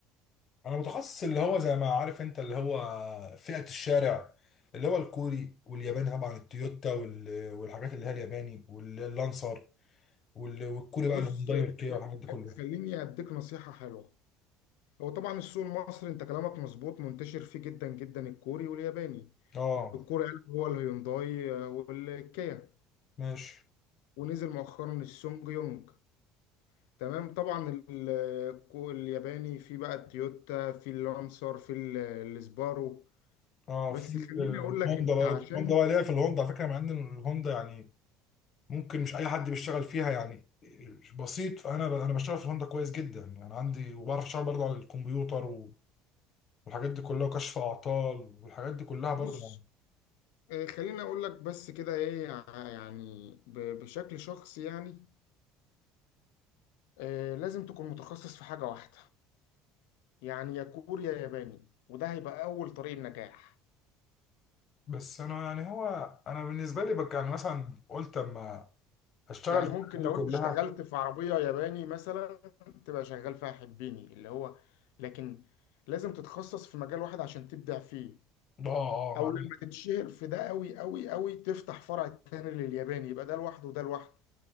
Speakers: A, on the left; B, on the left.
A: انا متخصص اللي هو زي ما عارف انت اللي هو فئة الشارع اللي هو الكوري والياباني طبعا التويوتا وال- والحاجات اللي هي الياباني واللانسر وال- والكوري بقى
B: بص
A: الهونداي
B: خ-
A: والكيا والحاجات دي كلها
B: خ- خليني اديك نصيحة حلوة هو طبعا السوق المصري انت كلامك مظبوط منتشر فيه جدا جدا الكوري والياباني
A: اه
B: الكوري قلب هو الهيونداي آه، والكيا
A: ماشي
B: ونزل مؤخرا السونج يونج تمام طبعا ال- الكو- الياباني في بقى التويوتا في اللانسر في ال- السبارو
A: اه
B: بس
A: في
B: خليني
A: الهوندا
B: اقول لك انت
A: برضه
B: عشان
A: الهوندا بقى ليا في الهوندا على فكره مع ان الهوندا يعني ممكن مش اي حد بيشتغل فيها يعني بسيط فانا انا بشتغل في الهوندا كويس جدا يعني عندي وبعرف اشتغل برضه على الكمبيوتر و- والحاجات دي كلها وكشف اعطال والحاجات دي كلها برضه
B: بص
A: يعني
B: آه، خليني اقول لك بس كده ايه ع- يعني ب- بشكل شخصي يعني آه، لازم تكون متخصص في حاجة واحدة يعني يا كوري يا ياباني وده هيبقى اول طريق النجاح
A: بس انا يعني هو انا بالنسبه لي بك يعني مثلا قلت اما هشتغل
B: يعني
A: في
B: ممكن
A: الحاجات
B: لو
A: دي كلها
B: انت اشتغلت في عربية ياباني مثلا تبقى شغال فيها حبيني اللي هو لكن لازم تتخصص في مجال واحد عشان تبدع فيه
A: اه اه
B: او
A: مع
B: لما تتشهر في ده قوي قوي قوي تفتح فرع تاني للياباني يبقى ده لوحده وده لوحده